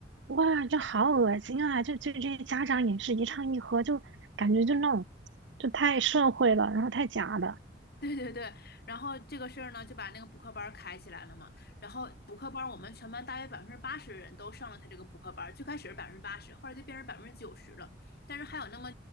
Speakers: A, on the right; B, on the left.
A: 哇，这好恶心啊！就就这些家长也是一唱一和，就感觉就那种，就太社会了，然后太假了。
B: 对对对，然后这个事儿呢，就把那个补课班儿开起来了嘛。然后补课班儿，我们全班大约百分之八十人都上了他这个补课班儿。最开始是百分之八十，后来就变成百分之九十了。但是还有那么，